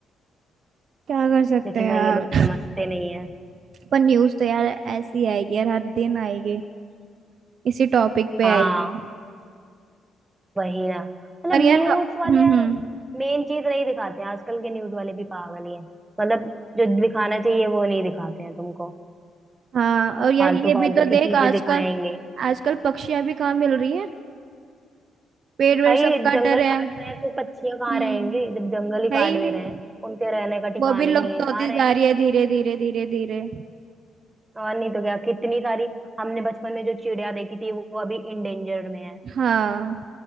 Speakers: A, on the right; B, on the right.
A: क्या कर सकते
B: लेकिन
A: हैं यार
B: भाई ये लोग समझते नहीं है
A: पर न्यूज तो यार ऐसी आएगी यार हर दिन आएगी इसी टॉपिक पे
B: हाँ
A: आएगी
B: वही ना मतलब
A: पर यार
B: न्यूज
A: हम्म
B: वाले यार
A: हम्म
B: मेन चीज नहीं दिखाते हैं आजकल के न्यूज वाले भी पागल ही हैं मतलब जो दिखाना चाहिए वो नहीं दिखाते हैं तुमको
A: हाँ और यार
B: फालतू
A: ये
B: फालतू
A: भी तो देख
B: की चीजें
A: आजकल
B: दिखाएंगे
A: आजकल पक्षियां भी कहाँ मिल रही हैं पेड़ वेड़
B: भाई
A: सब कट
B: जंगल
A: रहे
B: काट
A: हैं
B: रहे हैं तो पक्षियां
A: हम्म
B: कहाँ रहेंगे जब जंगल ही
A: है
B: काट
A: ही
B: दे
A: नहीं
B: रहे हैं उनके रहने का ठिकाना
A: वो भी लुप्त
B: ही नहीं है
A: होती
B: कहाँ रहेंगे
A: जा रही है धीरे धीरे धीरे धीरे
B: और नहीं तो क्या कितनी सारी हमने बचपन में जो चिड़िया देखी थी वो अभी इंडेंजर में है
A: हाँ